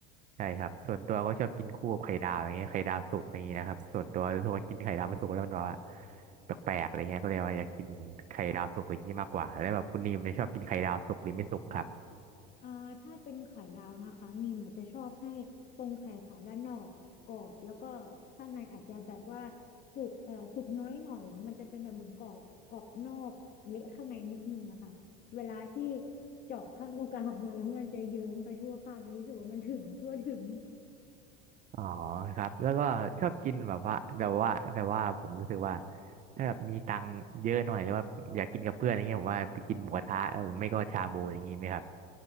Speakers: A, on the right; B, on the left.
A: ใช่ครับส่วนตัวก็ชอบกินคู่กับไข่ดาวอะไรเงี้ยไข่ดาวสุกอย่างนี้นะครับส่วนตัวรู้สึกว่ากินไข่ดาวไม่สุกแล้วมันแบบว่าแปลกๆอะไรเงี้ยก็เลยว่าอยากกินไข่ดาวสุกอย่างนี้มากกว่าแล้วแบบคุณนิมเนี่ยชอบกินไข่ดาวสุกหรือไม่สุกครับ
B: เอ่าถ้าเป็นไข่ดาวนะคะนีมอาจจะชอบให้ตรงไข่ขาวด้านนอกอะกรอบแล้วก็ข้างในอาจจะแบบว่าสุกเอ่อสุกน้อยหน่อยมันจะเป็นแบบเหมือนกรอบกรอบนอกเละข้างในนิดนึงนะคะเวลาที่เจาะข้างตรงกลางออกมาแล้วมันจะเยิ้มไปทั่วข้างเนี่ยรู้สึกว่ามันถึงทั่วถึง
A: อ๋อครับแล้วก็ชอบกินแบบว่าแบบว่าแต่ว่าผมรู้สึกว่าถ้าแบบมีตังค์เยอะหน่อยหรือว่าอยากกินกับเพื่อนอะไรเงี้ยผมว่าไปกินหมูกระทะเออไม่ก็ชาบูอย่างงี้ไหมครับ